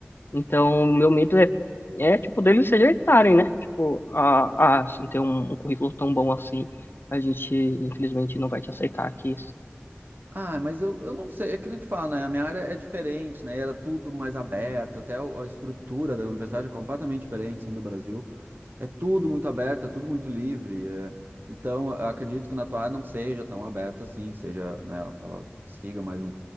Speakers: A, on the left (about 55°); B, on the right (about 50°).
A: Então, o meu medo é, é tipo, deles se rejeitarem, né? Tipo, ah, ah, se não tem um, um currículo tão bom assim, a gente, infelizmente, não vai te aceitar aqui,
B: Ah, mas eu, eu não sei, é que nem eu te falo, né? A minha área é diferente, né? Era tudo mais aberto, até o- a estrutura da universidade é completamente diferente, sim, do Brasil. É tudo muito aberto, é tudo muito livre. é. Então, eu acredito que na tua área não seja tão aberto assim, seja, né? Ela siga mais um.